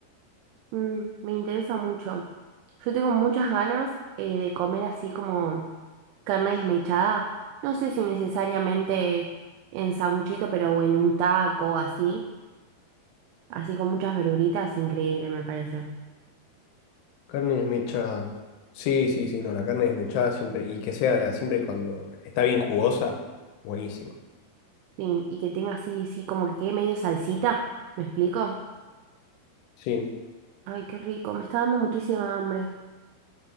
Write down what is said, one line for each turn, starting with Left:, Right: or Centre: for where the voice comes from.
Right: Mm, me interesa mucho. Yo tengo muchas ganas eh, de comer así como carne desmechada, no sé si necesariamente en sanguchito, pero o en un taco así. así con muchas verduritas, increíble me parece.
Left: Carne desmechada. Sí, sí, sí, no, la carne desmechada siempre, y que sea siempre cuando está bien jugosa, buenísima.
Right: Sí, y que tenga así, sí, como que quede medio salsita, ¿me explico?
Left: Sí,
Right: Ay, qué rico, me está dando muchísima hambre.